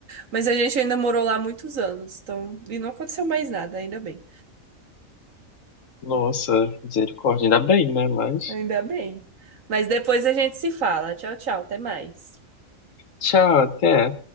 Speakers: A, on the right; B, on the left.
A: Mas a gente ainda morou lá muitos anos, então, e não aconteceu mais nada, ainda bem.
B: Nossa, misericórdia. Ainda bem, né? Mas.
A: Ainda bem. Mas depois a gente se fala. Tchau, tchau. Até mais.
B: Tchau, até.